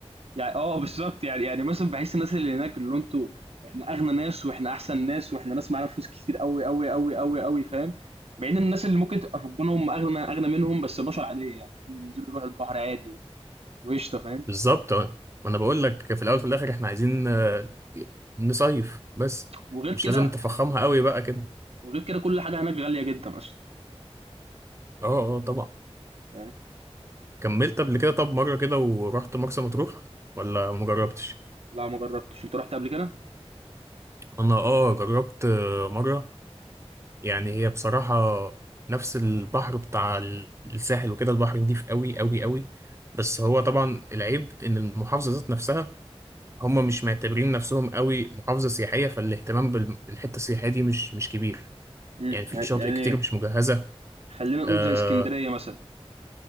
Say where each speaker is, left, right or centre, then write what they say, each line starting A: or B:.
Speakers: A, on the right (about 70°); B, on the right (about 25°).
A: يعني اه آه، بالظبط يعني يعني مثلا بحس الناس اللي هناك اللي انتوا احنا اغنى ناس واحنا احسن ناس واحنا ناس معانا فلوس كتير قوي قوي قوي قوي قوي فاهم مع ان الناس اللي ممكن تبقى في الجونه هم اغنى اغنى منهم بس بشر عاديه يعني بينزلوا يروحوا البحر عادي و- وقشطه
B: <laughs>
A: فاهم
B: بالظبط آه. ما انا بقول لك في الاول وفي الاخر احنا عايزين آه، نصيف بس
A: وغير
B: مش
A: كده
B: لازم تفخمها قوي بقى كده
A: وغير كده كل حاجه هناك غاليه جدا اصلا
B: اه اه طبعا
A: فاهم
B: كملت قبل كده طب مرة كده ورحت مرسى مطروح ولا مجربتش
A: لا ما جربتش انت رحت قبل كده
B: انا اه جربت آه، مرة يعني هي بصراحة نفس البحر بتاع ال- الساحل وكده البحر نضيف قوي قوي قوي بس هو طبعا العيب ان المحافظة ذات نفسها هم مش معتبرين نفسهم قوي محافظة سياحية فالاهتمام بال- بالحتة السياحية دي مش مش كبير
A: امم
B: يعني في
A: يعني
B: شواطئ
A: يعني
B: كتير مش مجهزة
A: خلّينا نقول
B: آه
A: زي إسكندرية مثلًا،